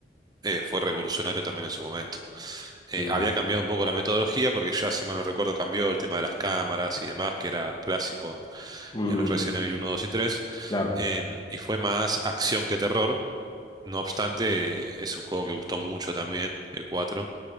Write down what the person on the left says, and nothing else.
Mm,
mm,
claro.